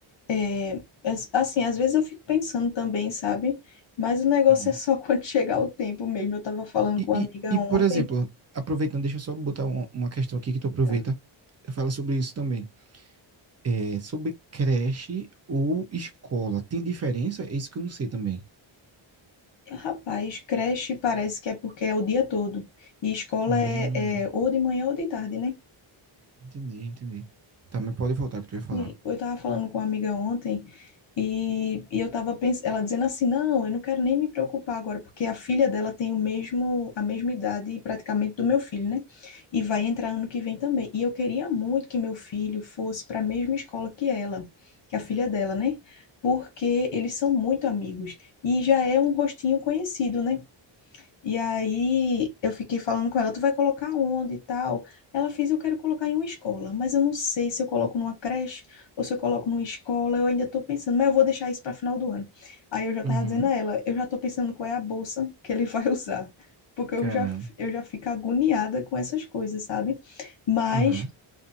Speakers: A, on the left; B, on the right.
A: É, as- assim, às vezes eu fico pensando também, sabe? Mas o negócio
B: Hum.
A: é só <laughs> quando chegar o tempo mesmo. Eu tava falando
B: E,
A: com uma amiga
B: e, e,
A: ontem.
B: por exemplo, aproveitando, deixa eu só botar um- uma questão aqui que tu aproveita.
A: tá?
B: Fala sobre isso também. É, sobre creche ou escola. Tem diferença? É isso que eu não sei também.
A: Rapaz, creche parece que é porque é o dia todo. E escola
B: Hum.
A: é, é ou de manhã ou de tarde, né?
B: Entendi, entendi. Tá, mas pode voltar que tu ia falar.
A: Sim, eu estava falando com uma amiga ontem e, e eu estava pensando, ela dizendo assim, não, eu não quero nem me preocupar agora, porque a filha dela tem o mesmo, a mesma idade praticamente do meu filho, né? E vai entrar ano que vem também. E eu queria muito que meu filho fosse para a mesma escola que ela, que a filha dela, né? Porque eles são muito amigos e já é um rostinho conhecido, né? E aí eu fiquei falando com ela, tu vai colocar onde e tal? Ela fez, eu quero colocar em uma escola, mas eu não sei se eu coloco numa creche ou se eu coloco numa escola, eu ainda estou pensando, mas eu vou deixar isso para final do ano. Aí eu já estava
B: Uhum.
A: dizendo a ela, eu já estou pensando qual é a bolsa que ele <laughs> vai usar, porque eu
B: Caramba.
A: já, eu já fico agoniada com essas coisas, sabe? Mas
B: Aham.